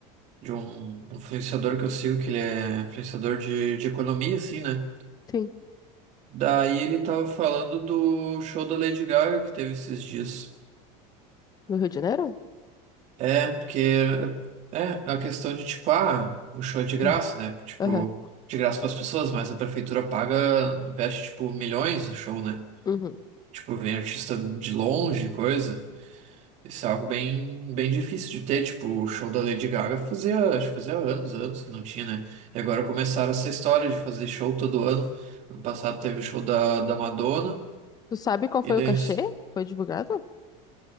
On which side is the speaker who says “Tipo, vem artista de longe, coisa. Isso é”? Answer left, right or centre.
Right